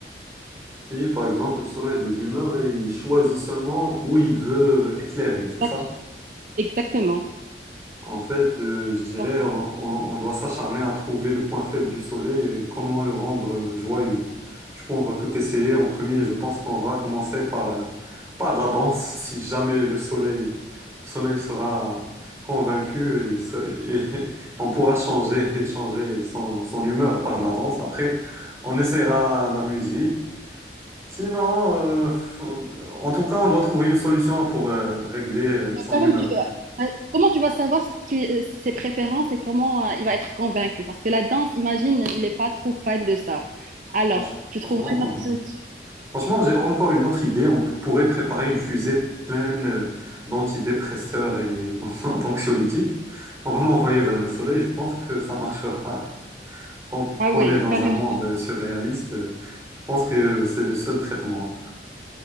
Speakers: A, on the right; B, on the right.
A: Si, par exemple, le soleil a des humeurs et il choisit seulement où il veut éclairer, c'est
B: Exact-
A: ça?
B: Exactement.
A: En fait, euh, je dirais,
B: Bon.
A: on, on- on doit s'acharner à trouver le point faible du soleil et comment le rendre euh, joyeux. Du coup, on va tout essayer. En premier, je pense qu'on va commencer par, euh, par de la danse, si jamais le soleil, le soleil sera convaincu et, se- et <laughs> on pourra changer, changer son, son humeur par de la danse. Après, on essaiera de la musique. Sinon, euh, faut- en tout cas, on doit trouver une solution pour euh, régler euh,
B: Mais
A: son
B: quand
A: humeur.
B: même, tu- euh, ouais, comment tu vas savoir ce qui- euh, ses préférences et comment euh, il va être convaincu? Parce que la danse, imagine, il n'est pas trop fan de ça. Alors,
A: Franch-
B: tu
A: Franchement.
B: trouveras une autre solution.
A: <laughs> Franchement, j'ai encore une autre idée. On p- pourrait préparer une fusée pleine euh, d'antidépresseurs et <laughs> d'anxiolytiques. On va l'envoyer vers le soleil. Je pense que ça marchera. Tant
B: Ah
A: qu'on
B: oui,
A: est dans
B: carrément.
A: un monde euh, surréaliste, euh, je pense que c'est le seul traitement.